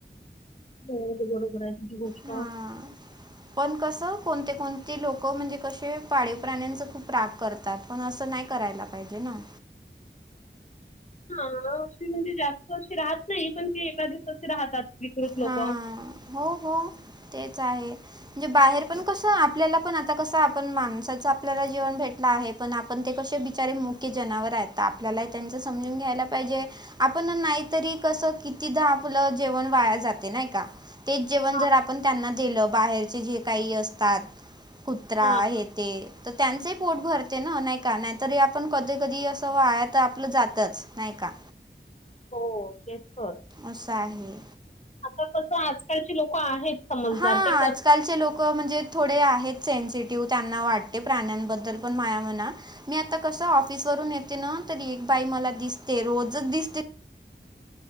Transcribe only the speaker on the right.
हां पण कसं कोणते कोणते लोकं म्हणजे, कसे पाळीव प्राण्यांचा खूप राग करतात. त्यात पण असं नाही करायला पाहिजे ना.
हा हो हो तेच आहे. म्हणजे बाहेर पण कसं आपल्याला पण आता कसं आपण माणसाचा आपल्याला जीवन भेटला आहे पण आपण ते कशे बिचारे मुक्य जनावर आहेत तर आपल्याला त्यांच समजून घ्यायला पाहिजे आपण नाहीतरी कसं कितीदा आपलं जेवण वाया जाते का तेच जेवण
जर आपण त्यांना दिलं बाहेरचे जे काही असतात कुत्रा
हे ते तर त्यांचही पोट भरते ना नाही का नाहीतरी आपण कधी कधी असं वाया तर आपलं जातच नाय का.
असं आहे.
हा
आजकालचे
लोकं म्हणजे थोडे आहेत सेन्सिटिव्ह त्यांना वाट ते प्राण्यांबद्दल पण माया म्हणा मी आता कसं ऑफिस वरून येते ना तरी एक बाई मला दिसते रोजच दिसते